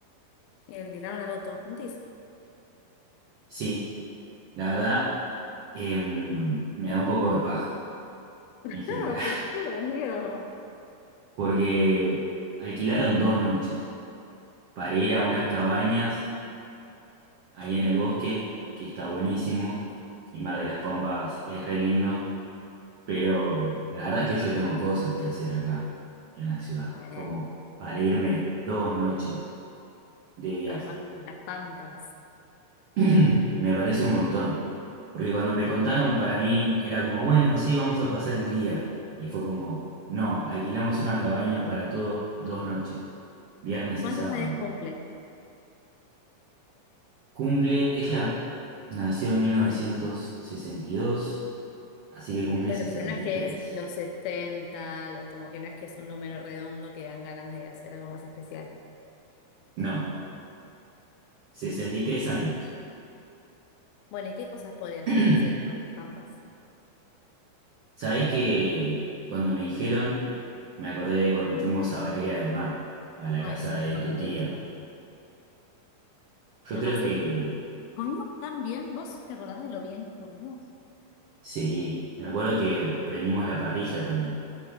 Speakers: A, on the left; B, on the right.
A: y alquilaron algo todos juntis.
B: Sí, la verdad, em, me da un poco de paja
A: Claro,
B: en general, <laughs>
A: ¿por qué, amigo?
B: porque alquilaron dos noches para ir
A: Está
B: a unas
A: bien.
B: cabañas ahí en el bosque, que está buenísimo, y Mar de las Pampas es re lindo. Pero la verdad es que yo tengo cosas que hacer acá en la ciudad,
A: Bueno,
B: como para irme dos noches de viaje.
A: amar las pampas.
B: <clears throat> Me parece un montón, porque cuando me contaron para mí era como, bueno, sí, vamos a pasar el día. Y fue como, no, alquilamos una cabaña para todos dos noches, viernes
A: ¿Cuántos
B: y sábado.
A: años cumple?
B: Cumple, ella nació en 1962, así que cumple
A: Bueno,
B: 63.
A: pero no es que es los 60, lo- como que no es que es un número redondo que dan ganas de hacer algo más especial.
B: No, 63 años.
A: Bueno, ¿y qué cosas podría
B: <clears throat>
A: llegar a hacer en las pampas?
B: Sabés que cuando me dijeron, me acordé de cuando fuimos a Valeria del Mar, a la
A: Ay,
B: casa
A: sí,
B: de
A: fue
B: tu
A: hermoso.
B: tía. Yo
A: La
B: creo
A: pasé
B: que
A: como... Comimos tan bien. ¿Vos te acordás de lo bien que comimos?
B: sí, me acuerdo que prendimos la parrilla también,